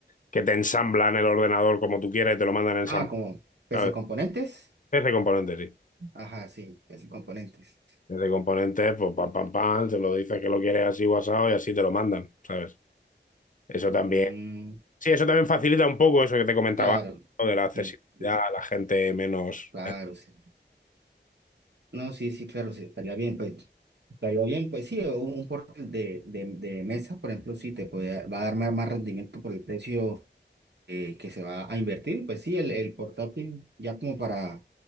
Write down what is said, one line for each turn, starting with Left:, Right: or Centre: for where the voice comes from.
Left: que te ensamblan el ordenador como tú quieres y te lo mandan ensamblado.
Right: Ah, como PC
Left: ¿sabes?
Right: componentes.
Left: Ese componente, sí.
Right: Ajá, sí, PC componentes.
Left: Ese componente, pues pam, pam, pam, te lo dices que lo quieres así guasado y así te lo mandan, ¿sabes? Eso también.
Right: Mm,
Left: Sí, eso también facilita un poco eso que te comentaba,
Right: claro,
Left: ¿no? de la accesibilidad
Right: sí, sí,
Left: a la gente menos...
Right: claro, sí. No, sí, sí, claro, sí, estaría bien, pues. Estaría bien, pues sí, un, un portátil de, de, de mesa, por ejemplo, sí, te puede, va a dar más, más rendimiento por el precio eh, que se va a invertir, pues sí, el, el portátil ya como para